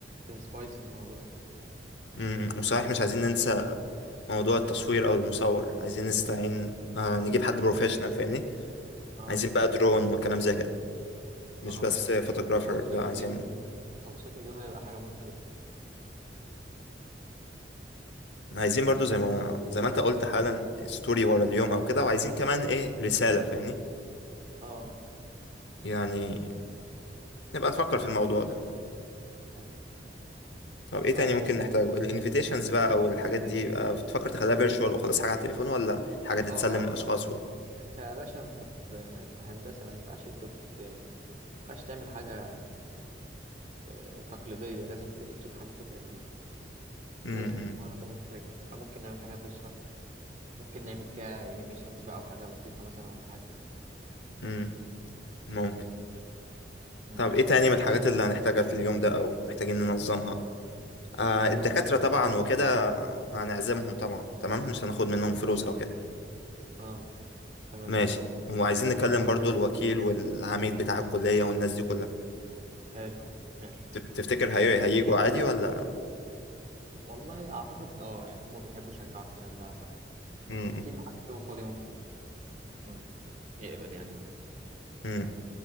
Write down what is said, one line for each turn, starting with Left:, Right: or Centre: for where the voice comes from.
Right: تسبايس الموضوع كده
Left: م- م. وصحيح مش عايزين ننسى موضوع التصوير أو المصور عايزين نستعين آه نجيب حد بروفيشنال فاهمني
Right: اه
Left: عايزين بقى درون وكلام زي كده
Right: اه
Left: مش بس
Right: فعلا
Left: فوتوغرافر
Right: توثيق
Left: لا عايزين
Right: اليوم آه، توثيق اليوم هيبقى حاجة مهمة جدا
Left: عايزين برضو زي ما زي ما انت قلت حالا ستوري ورا اليوم او كده وعايزين كمان ايه رسالة فاهمني
Right: اه اه
Left: يعني نبقى نفكر في الموضوع ده
Right: حلو.
Left: طب ايه
Right: طيب
Left: تاني ممكن نحتاجه الانفيتيشنز بقى او الحاجات دي بقى بتفكر تخليها فيرتشوال وخلاص حاجة على التليفون ولا حاجة تتسلم
Right: اه اه
Left: للاشخاص
Right: ما هو
Left: و...
Right: انت يا باشا انت في في هندسة ما ينفعش كنت ما ينفعش تعمل حاجة آه، تقليدية لازم ت- تشوف حاجة فكرة جديدة
Left: امم
Right: لازم كل مرة تعمل فكرة جديدة فممكن نعمل حاجة فيرتشوال ممكن نعمل فيها انيميشنز بقى وحاجة لطيفة مثلا ولا حاجة
Left: امم ممكن
Right: مم.
Left: طب ايه تاني من الحاجات اللي هنحتاجها في اليوم ده او محتاجين ننظمها آه
Right: ما
Left: الدكاترة
Right: هو ت-
Left: طبعا وكده هنعزمهم طبعا تمام مش هناخد منهم فلوس او كده
Right: اه تمام
Left: ماشي وعايزين نكلم برضو الوكيل والعميد بتاع الكلية والناس دي كلها
Right: حلو حلو
Left: تف- تفتكر هي... هيجوا عادي ولا
Right: والله اعتقد اه يعني هما بيحبوا يشجعوا الكلام ده اعتقد
Left: امم
Right: اكيد لو حد فيهم فاضي ممكن مم، يقبل يعني عنده
Left: امم